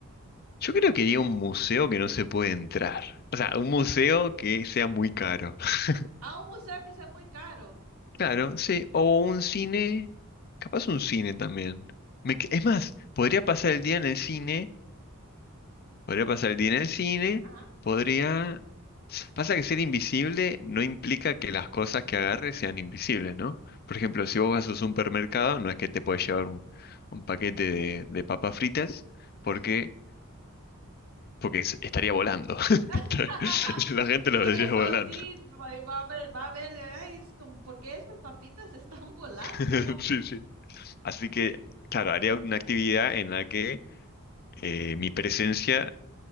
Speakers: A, on the left; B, on the right.
A: yo creo que iría a un museo que no se puede entrar. O sea, un museo que sea muy caro. <laughs>
B: a un museo que sea muy caro.
A: Claro, sí. O un cine, capaz un cine también. Me que- es más, podría pasar el día en el cine Podría pasar el día en el cine,
B: Ajá,
A: podría... Pasa que ser invisible no implica que las cosas que agarres sean invisibles, ¿no? Por ejemplo, si vos vas a un supermercado, no es que te puedes llevar un, un paquete de, de papas fritas,
B: ajá.
A: porque, porque es- estaría volando. <laughs>
B: <laughs>
A: La gente lo
B: Sí,
A: vendría
B: eso
A: volando.
B: sí, va va a ver, va a ver, ay, es como, ¿por qué estas papitas están volando?
A: <laughs> Sí, sí. Así que, claro, haría una actividad en la que eh, mi presencia